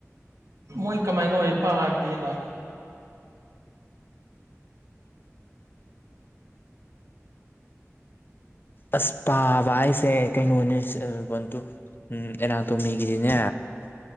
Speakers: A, on the right; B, on the left.
A: ꯃꯣꯏ ꯀꯃꯥꯏ ꯀꯃꯥꯏꯅ ꯄꯥꯔꯒꯦꯗ
B: ꯑꯁ ꯄꯥꯕ ꯑꯩꯁꯦ ꯀꯩꯅꯣꯅꯦ ꯕꯟꯇ ꯎꯝꯅꯥ ꯇꯨꯒꯗꯅꯦ